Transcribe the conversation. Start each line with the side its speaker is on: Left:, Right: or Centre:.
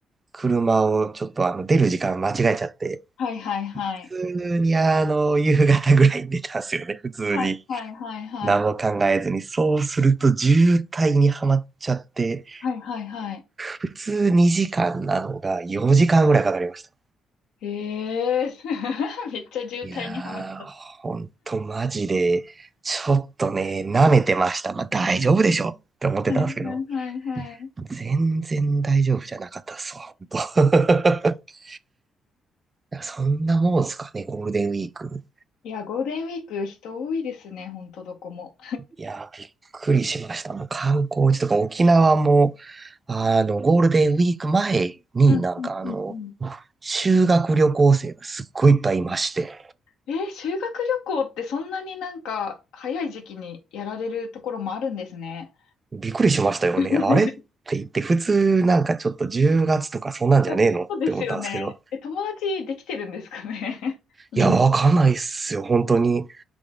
Right: 車をちょっとあの出る時間間違えちゃって、
Left: はい、はい、はい。
Right: 普通にあの、夕方ぐらいに出たんですよね、<laughs> 普通に。
Left: はい、はい、はい、はい。
Right: 何も考えずに。そうすると渋滞にはまっちゃって、
Left: はい、はい、はい。
Right: 普通2時間なのが4時間ぐらいかかりました。
Left: ええー <laughs> めっちゃ渋滞にはまっちゃった。
Right: いやー、ほんとマジで、ちょっとね、舐めてました。まあ大丈夫でしょって思ってたんですけど、
Left: はいはいはいはい。
Right: 全然大丈夫じゃなかったっすわ、ほんと。<laughs> いやそんなもんすかね、ゴールデンウィーク。
Left: いや、ゴールデンウィーク人多いですね、ほんとどこも。
Right: いやー、びっくりしました。もう観光地とか沖縄も、あの、ゴールデンウィーク前になんかあの、
Left: うんうんうんうん。
Right: 修学旅行生がすっごいいっぱいいまして、
Left: えー修学旅行ってそんなになんか早い時期にやられるところもあるんですね。
Right: びっくりしましたよね。
Left: <laughs>
Right: あれって言って、普通なんかちょっと10月とかそんなんじゃねえのって思ったんですけど、
Left: いや、そうですよね。え、友達できてるんですかね <laughs> みんな。
Right: いや、わかんないっすよ、本当に。